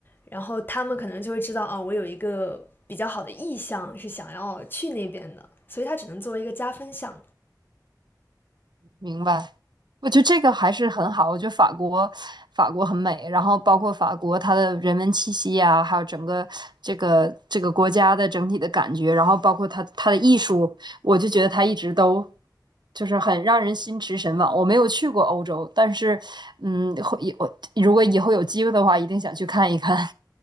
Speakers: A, on the left (about 30°); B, on the right (about 80°).
A: 然后他们可能就会知道，哦，我有一个比较好的意向是想要去那边的，所以它只能作为一个加分项。
B: 明白，我觉得这个还是很好。我觉得法国，法国很美，然后包括法国它的人文气息呀，还有整个这个这个国家的整体的感觉，然后包括它它的艺术，我就觉得它一直都就是很让人心驰神往。我没有去过欧洲，但是嗯，会我如果以后有机会的话，一定想去看一看。<laughs>